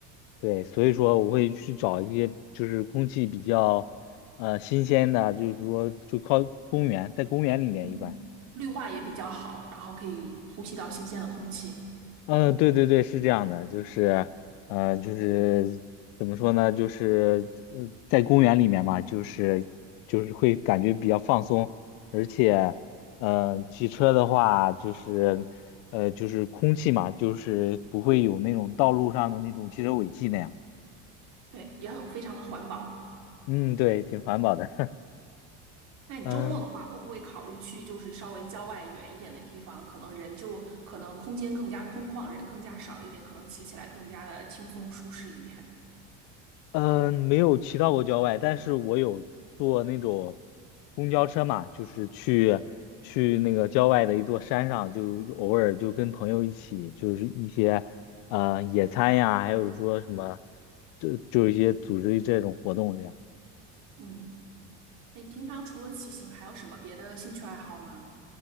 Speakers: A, on the left; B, on the right.
A: 对，所以说我会去找一些就是空气比较，呃，新鲜的，就是说就靠公园，在公园里面一般。
B: 嗯，绿化也比较好，然后可以呼吸到新鲜的空气，
A: 嗯，对对对，是这样的，就是，呃，就是怎么说呢，就是呃，在公园里面嘛，就是就是会感觉比较放松，而且，呃，骑车的话，就是，呃，就是空气嘛，就是不会有那种道路上的那种汽车尾气那样。
B: 对，也很非常的环保。
A: 嗯，对，挺环保的。
B: 那你周末的话，
A: <laughs> 嗯。
B: 会不会考虑去就是稍微郊外远一点的地方？可能人就可能空间更加空旷，人更加少一点，可能骑起来更加的轻松舒适一点。
A: 嗯，没有骑到过郊外，但是我有坐那种公交车嘛，就是去去那个郊外的一座山上，就偶尔就跟朋友一起，就是一些呃野餐呀，还有说什么，就就一些组织这种活动这样。
B: 嗯，哎，平常除了骑行，还有什么别的兴趣爱好吗？